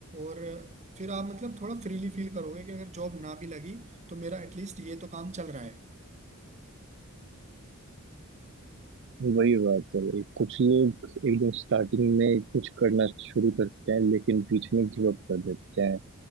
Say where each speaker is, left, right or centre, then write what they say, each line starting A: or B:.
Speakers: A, on the right; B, on the right.
A: और फिर आप मतलब थोड़ा फ्रीली फील करोगे कि अगर जॉब ना भी लगी तो मेरा एटलीस्ट ये तो काम चल रहा है
B: वही बात है भाई कुछ लोग एकदम स्टार्टिंग में कुछ करना शुरू करते हैं लेकिन बीच में गिव अप कर देते हैं